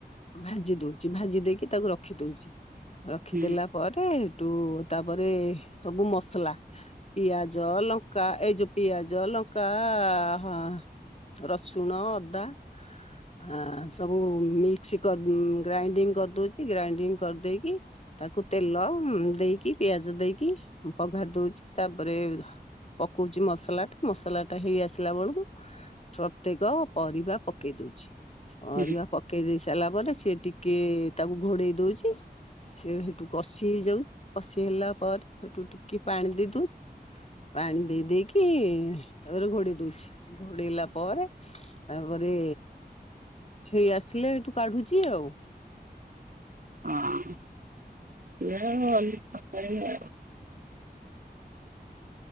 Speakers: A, on the left (about 40°); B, on the right (about 55°).
A: ଭାଜି ଦଉଛି ଭାଜି ଦେଇକି ତାକୁ ରଖି ଦଉଛି। ରଖିଦେଲା
B: ହୁଁ
A: ପରେ ତାପରେ ସବୁ ମସଲା ପିଆଜ ଲଙ୍କା ଏଇ ଯୋଉ ପିଆଜ ଲଙ୍କା ହଁ ରସୁଣ, ଅଦା ହଁ ସବୁ ମିକ୍ସ କ ଗ୍ରାଇଣ୍ଡିଙ୍ଗ କରିଦଉଛି। ଗ୍ରାଇଣ୍ଡିଙ୍ଗ କରିଦେଇକି ତାକୁ ତେଲ ଦେଇକି, ପିଆଜ ଦେଇକି ପଘାରି ଦଉଛି। ତାପରେ ପକଉଛି ମସଲା ଟା। ମସଲା ଟା ହେଇ ଆସିଲା ବେଳକୁ ପ୍ରତ୍ୟେକ ପରିବା ପକେଇ ଦଉଛି। ପରିବା
B: ହୁଁ
A: ପକେଇ ଦେଇ ସାରିଲା ପରେ ସିଏ ଟିକେ ଟିକେ ତାକୁ ଘୋଡେଇ ଦଉଛି। ସେ ସେଠୁ କଷି ହେଇଯାଉ କଷି ହେଲା ପରେ ସେଠୁ ଟିକେ ପାଣି ଦେଇଦୋଉ ପାଣି ଦେଇ ଦେଇକି ତାରେ ଘୋଡେଇ ଦଉଛି। ଘୋଡେଇଲା ପରେ ତାପରେ ହେଇ ଆସିଲେ ସେଠୁ କାଢୁଛି ଆଉ
B: ହଁ <unintelligible>